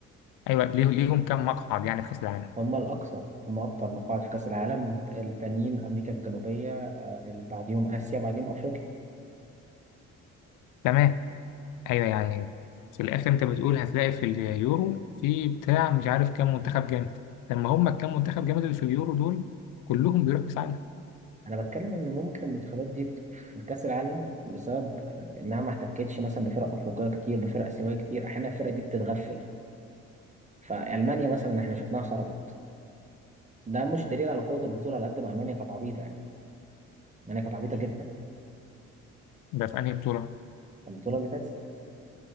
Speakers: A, on the left (about 60°); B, on the right (about 20°).
A: أيوة ليه- ليهم كام مقعد يعني في كأس العالم
B: هم الاكثر هم اكتر مقاعد في كاس العالم التانيين امريكا الجنوبيه آه، اللي بعديهم اسيا بعديهم افريقيا
A: تمام أيوة يعني في الآخر أنت بتقول هتلاقي في اليورو في بتاع مش عارف كام منتخب جامد طب ما هم الكام منتخب جامد اللي في اليورو دول كلهم بيروحوا كأس عالم
B: انا بتكلم ان ممكن المنتخبات دي في كاس العالم بسبب آه، انها ما احتكتش مثلا بفرق افريقيه كتير بفرق اسيويه كتير احيانا الفرقه دي بتتغفل فالمانيا مثلا احنا شفناها خرجت ده مش دليل على قوه البطوله على قد ما المانيا كانت عبيطه يعني المانيا كانت عبيطه جدا
A: ده في أنهي بطولة؟
B: البطوله اللي فاتت